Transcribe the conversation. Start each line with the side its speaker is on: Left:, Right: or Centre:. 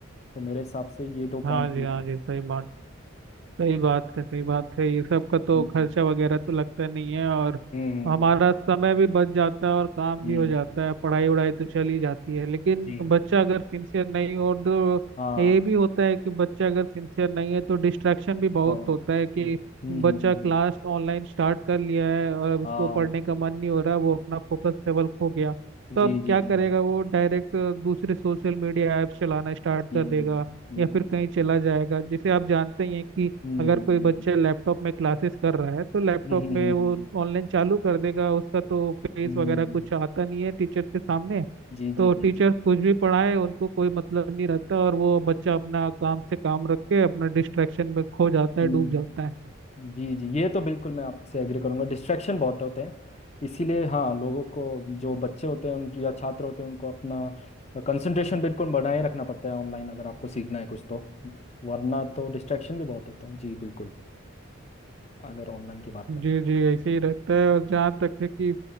Left: तो मेरे हिसाब से ये दो पॉइंट
Right: हाँ जी
Left: भी
Right: हाँ
Left: है
Right: जी सही बात सही बात है सही बात है ये सब का तो
Left: हम्म
Right: खर्चा वगैरह तो लगता नहीं है और
Left: हम्म,
Right: हमारा समय भी बच जाता है और काम
Left: जी
Right: भी हो जाता है पढ़ाई वढ़ाई तो चल ही जाती है लेकिन
Left: जी
Right: बच्चा अगर सिंसियर नहीं हो तो
Left: हाँ
Right: ये भी होता है कि बच्चा अगर सिंसियर नहीं है तो डिस्ट्रैक्शन भी बहुत
Left: हाँ हम्म
Right: होता है कि
Left: हम्म हम्म,
Right: बच्चा क्लास
Left: हम्म,
Right: ऑनलाइन स्टार्ट कर लिया है और अब उसको
Left: हाँ
Right: पढ़ने का मन नहीं हो रहा वो अपना फोकस लेवल खो गया
Left: जी
Right: तो अब
Left: जी
Right: क्या करेगा
Left: जी जी
Right: वो डायरेक्ट दूसरे सोशल मीडिया ऐप्स चलाना स्टार्ट
Left: जी
Right: कर देगा या
Left: ये तो
Right: फिर
Left: बहुत
Right: कहीं
Left: दिक्कत।
Right: चला जाएगा जैसे आप जानते ही हैं कि
Left: हम्म
Right: अगर कोई
Left: हम्म
Right: बच्चा लैपटॉप में क्लासेस कर रहा है तो लैपटॉप
Left: हम्म हम्म,
Right: में वो ऑनलाइन चालू कर देगा उसका तो फेस
Left: हम्म,
Right: वगैरह
Left: हम्म,
Right: कुछ आता नहीं है टीचर्स के सामने
Left: जी
Right: तो
Left: जी
Right: टीचर्स
Left: जी जी
Right: कुछ भी पढ़ाए उनको कोई मतलब नहीं रहता और वो बच्चा अपना काम से काम रख के अपना डिस्ट्रैक्शन में खो जाता
Left: हम्म,
Right: है डूब जाता है
Left: जी जी ये तो बिल्कुल मैं आपसे एग्री करूंगा डिस्ट्रैक्शन बहुत होते हैं इसीलिए हाँ लोगों को जो बच्चे होते हैं उन या छात्र होते हैं उनको अपना कंसंट्रेशन बिल्कुल बनाए रखना पड़ता है ऑनलाइन अगर आपको सीखना है कुछ तो वरना तो डिस्ट्रैक्शन भी बहुत होते हैं जी बिल्कुल अगर ऑनलाइन की बात करें
Right: जी जी ऐसे ही रहता है और जहाँ तक है कि